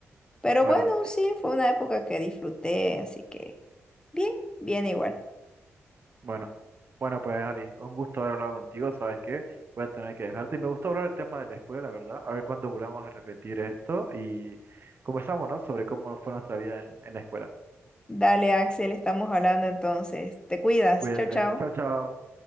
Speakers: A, on the left; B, on the right.
A: Pero
B: Bueno,
A: bueno, sí, fue una época que disfruté, así que bien, bien igual.
B: Bueno, bueno, pues Ali, un gusto haber hablado contigo, ¿sabes qué? Voy a tener que dejarte. Y me gustó hablar el tema de la escuela, la verdad. A ver cuándo volvamos a repetir esto y conversamos, ¿no? Sobre cómo fue nuestra vida en, en la escuela.
A: Dale, Axel, estamos hablando entonces. Te cuidas.
B: Cuídate.
A: chao, chao.
B: Chao, chao.